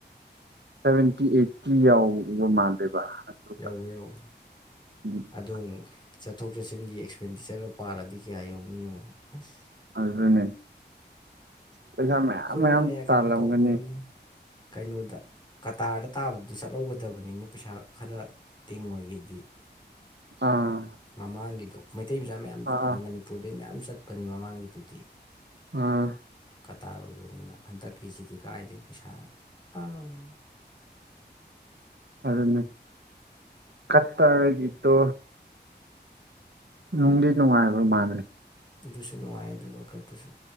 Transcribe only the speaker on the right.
ꯁꯚꯦꯟꯇꯤ ꯑꯏꯠꯇꯤ ꯌꯥꯎꯕ ꯃꯥꯜꯂꯦꯕ ꯑꯗꯨꯒ
ꯎꯝ
ꯑꯗꯨꯅꯦ ꯄꯩꯁꯥ ꯃꯌꯥꯝ
ꯃꯌꯥꯝ
ꯇꯥꯜꯂꯝꯒꯅꯤ
ꯑꯥ
ꯑꯥ
ꯑꯥ
ꯑꯗꯨꯅ ꯀꯠꯇꯔꯒꯤꯗꯣ꯫ ꯅꯨꯡꯗꯤ ꯅꯨꯡꯉꯥꯏꯕ ꯃꯥꯜꯂꯦ꯫